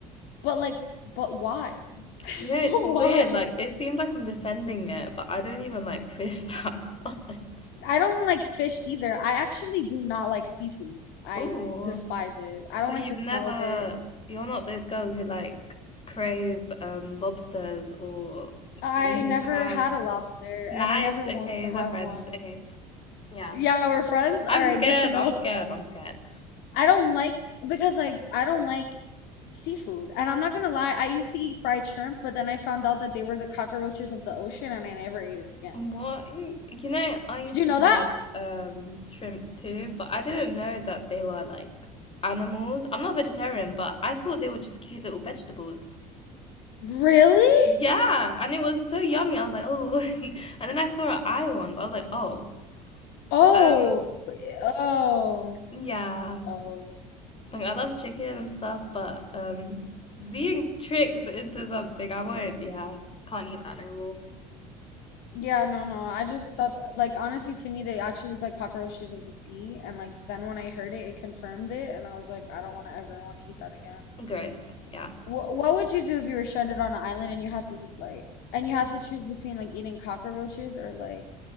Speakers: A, on the left; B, on the left.
A: but like, but why? <laughs>
B: You know, it's
A: But
B: weird.
A: why?
B: Like, it seems like I'm defending it, but I don't even like fish <laughs> that much.
A: I don't like fish either. I actually do not like seafood. I
B: Ooh,
A: despise it. I
B: So
A: don't
B: you've
A: like the
B: never,
A: smell of it.
B: you're not those girls who like crave um lobsters or
A: I
B: mm,
A: never
B: crabs.
A: had a lobster
B: Nice.
A: and I never
B: Okay,
A: want to
B: we're
A: have
B: friends.
A: one.
B: Okay. Yeah.
A: Yeah, we're friends?
B: I'm
A: All right,
B: scared.
A: good to know.
B: I'm scared. I'm scared.
A: I don't like because like I don't like seafood. And I'm not gonna lie, I used to eat fried shrimp, but then I found out that they were the cockroaches of the ocean and I never ate it again.
B: What? You know, I used
A: Did you
B: to
A: know
B: have
A: that?
B: um shrimps too, but I didn't know that they were like animals. I'm not vegetarian, but I thought they were just cute little vegetables.
A: Really?
B: Yeah, and it was so yummy. I was like, oh, <laughs> and then I saw an eye once. I was like, oh,
A: Oh,
B: um,
A: eh, oh,
B: yeah.
A: oh.
B: Like I love chicken and stuff, but um, being tricked into something, I won't. Yeah, can't eat that anymore.
A: Yeah, no, no. I just thought that, like honestly to me they actually look like cockroaches of the sea and like then when I heard it it confirmed it and I was like I don't want to ever want to eat that again.
B: Gross. Yeah.
A: What what would you do if you were stranded on an island and you had to eat like and you had to choose between like eating cockroaches or like